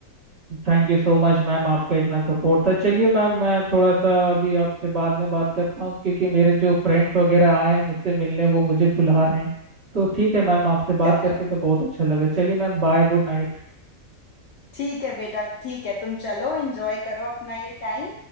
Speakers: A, on the right; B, on the left.
A: Thank you so much ma'am आपका इतना सपोर्ट था चलिए मैम मैं थोड़ा सा अभी आपसे बाद में बात करता हूँ क्योंकि मेरे जो फ्रेंड्स वगैरह आए हैं मुझसे मिलने वो मुझे बुला रहे हैं तो ठीक है मैम आपसे बात
B: चलो
A: करके तो बहुत अच्छा लगा चलिए मैम बाय गुड नाइट
B: ठीक है बेटा ठीक है तुम चलो एंजॉय करो अपना ये टाइम